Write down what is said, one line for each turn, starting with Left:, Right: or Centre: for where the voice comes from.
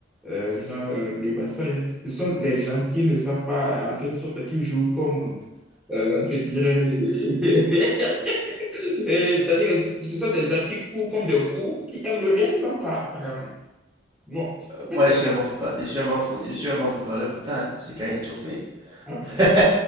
Centre: euh, genre, euh, le bassin. hein. Ce sont les gens qui ne savent pas, en quelque sorte, qui jouent comme, euh, je dirais, <laughs> Et c'est-à-dire que ce sont des gens qui courent comme des fous, qui aiment le réel, hein, pas- apparemment. Bon, en fait.
Right: Moi, je suis un bon football, je suis un bon foot- je suis un bon footballeur pourtant. Hein. J'ai gagné des trophées.
Centre: Ok.
Right: <laughs> Ça,